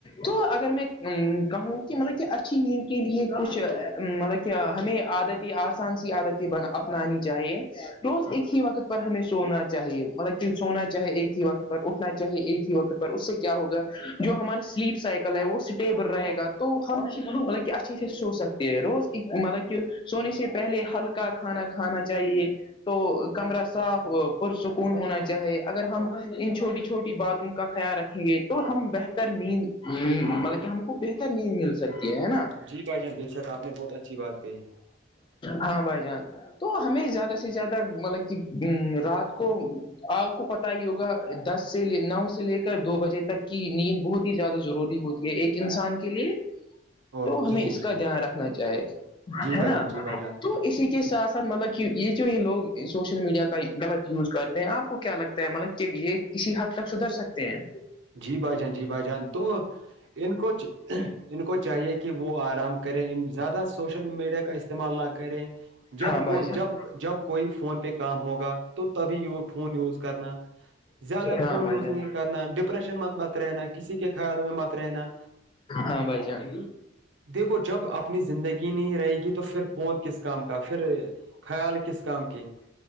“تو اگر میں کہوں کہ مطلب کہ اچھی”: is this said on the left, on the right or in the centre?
Left